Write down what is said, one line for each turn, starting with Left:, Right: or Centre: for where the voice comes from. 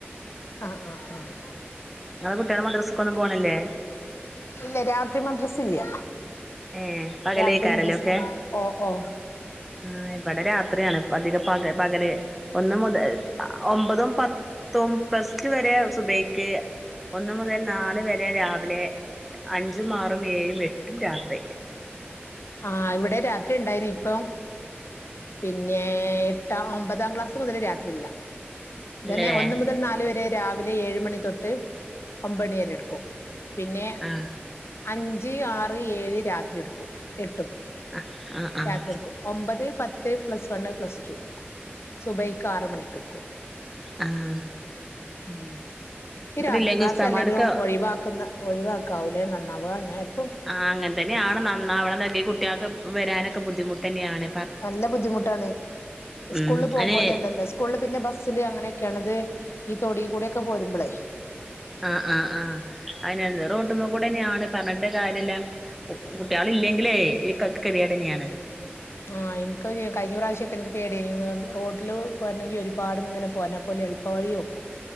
Left: ആഹ് ആഹ് ആഹ്
Centre: ങ്ങളെ കുട്ടികള് മദ്രസ്ക്കൊന്നും പോണില്ലേ?
Left: ഇല്ല രാത്രി മദ്രസ് ഇല്ല
Centre: ഏ പകലെക്കാരല്ലേ
Left: രാത്രി മദ്രസ
Centre: ഒക്കെ
Left: ഓ ഓ
Centre: ആഹ് ഇബടെ രാ ത്രി യാണ് പകല് പക പകല് ഒന്ന് മുതല് ഒമ്പതും പത്തും പ്ലസ് റ്റ് വരെ സുബൈക്ക് ഒന്ന് മുതൽ നാല് വരെ രാവ്ലെ അഞ്ചും ആറും ഏഴും എട്ടും രാ ത്രി.
Left: ആഹ് ഇവ്ടെ രാത്രി ഉണ്ടായിന്ന് ഇപ്പം പിന്നെ എട്ടാ ഒമ്പതാം ക്ലാസ് മുതൽ രാത്രി ഇല്ല ഇതന്നെ
Centre: ഇല്ലല്ലേ
Left: ഒന്ന് മുതൽ നാല് വരെ രാവിലെ ഏഴ് മണി തൊട്ട് ഒമ്പണിവരെ ട്ക്കും. പിന്നെ
Centre: ആഹ്
Left: അഞ്ച് ആറ് ഏഴ് രാത്രി എട്ക്കും എ ട്ടും
Centre: ആഹ് ആഹ് ആഹ്
Left: രാത്രി എട്ക്കും ഒമ്പത് പത് ത് പ്ലസ് വണ്ണ് പ്ലസ്റ്റു സുബൈക്ക് ആറ് മണിക്ക്ട്ക്കും
Centre: ആഹ്
Left: ഉം ഈ രാത്രി
Centre: ഇല്ലെങ്കിൽ
Left: ക്ലാസ്
Centre: ഉസ്താമാർക്ക്
Left: അല്ലെങ്കിലും ഒഴിവാക്കുന്ന ഒഴിവാക്കാവൂലെ നന്നാവ ഞാൻ എ
Centre: ആഹ് അങ്ങനെ തന്നെയാണ് നന്നാവ അതല്ലേ കുട്ടിആക്ക് വരാനൊക്കെ ബുദ്ധിമു ട്ടന്നെയാണ്
Left: നല്ല ബുദ്ധിമുട്ടാണ്
Centre: ഉം
Left: സ്കൂള്ള് പോകും
Centre: അയ്ന്
Left: പോലെ അല്ലല്ലോ സ്കൂളില് പിന്നെ ബസ്സില് അങ്ങനെയൊക്കെയാണ് ഇത് ഈ തൊടി കൂടൊക്കെ പോരുമ്പളെ
Centre: ആ ആ ആ അയ്നെല്ലത് റോട്ടുമെക്കൂടെന്നെയാണ് പറഞ്ഞിട്ട് കാര്യല്ല കുട്ട്യാള്ല്ലെങ്കിലേ ഈ ക കെതിയേടെന്നെയാണ്
Left: ആ ഇൻക്കയിന് കഴിഞ്ഞ പ്രാവശ്യക്കെൻക്ക് പേടിയേയ്നി റോട്ടില് പോര്നെങ്കി ഒരുപാട് ഇങ്ങനെ പോരണം അപ്പൊ ഓല് എളുപ്പ വഴി ഓക്കും